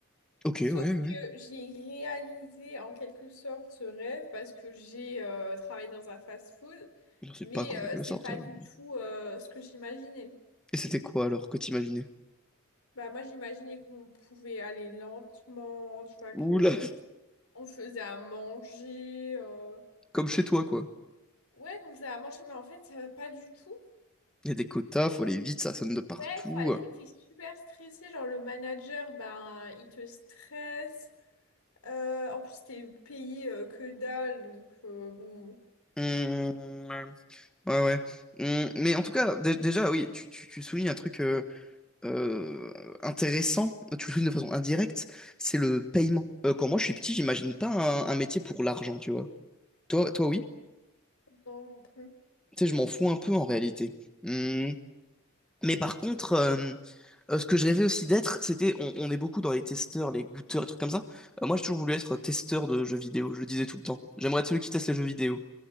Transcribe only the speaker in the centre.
ok,
ouais, ouais.
Je sais
pas combien
ils le sortent
alors.
Et c'était quoi alors que t'imaginais?
Oula,
comme chez toi quoi.
Il y a des quotas, faut aller vite, ça sonne de partout.
Hum, ouais, ouais. Hum, mais en tout cas, dé- déjà, oui, tu, tu- tu soulignes un truc euh, euh, intéressant, tu le soulignes de façon indirecte, c'est le paiement. Euh, quand moi je suis petit, j'imagine pas un, un métier pour l'argent, tu vois. Toi, toi, oui.
Tu sais, je m'en fous un peu en réalité. Mmh, Mais par contre, euh, euh, ce que je rêvais aussi d'être, c'était, on, on est beaucoup dans les testeurs, les goûteurs, les trucs comme ça. Euh, moi, j'ai toujours voulu être testeur de jeux vidéo, je le disais tout le temps. J'aimerais être celui qui teste les jeux vidéo.